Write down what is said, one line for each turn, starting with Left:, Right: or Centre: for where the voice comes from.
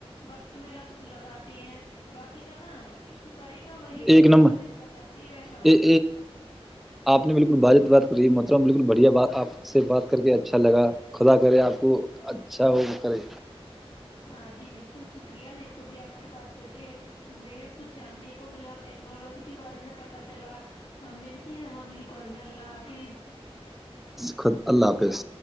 Left: وقت میں لگتا لگاتی ہیں باقی کرنا جو کرے گا وہی
Centre: ایک
Left: بڑے
Centre: نمبر
Left: گا جیسا کرتے ہیں ویسا
Centre: اے-
Left: برتا
Centre: آپ نے بالکل بجت بات کری ہے م بالکل بڑھیا بات آپ سے بات کر کے اچھا لگا خدا کرے آپ کو اچھا وہ کرے
Left: ہاں جی بالکل شکریہ میرے کو بھی آپ سے بات کر کے بےحد کچھ جاننے کو ملا ٹیکنالوجی کے بارے میں پتا چلا آ ملتتی ہیں مگل اللہ ال پیز
Centre: خود اللہ حافظ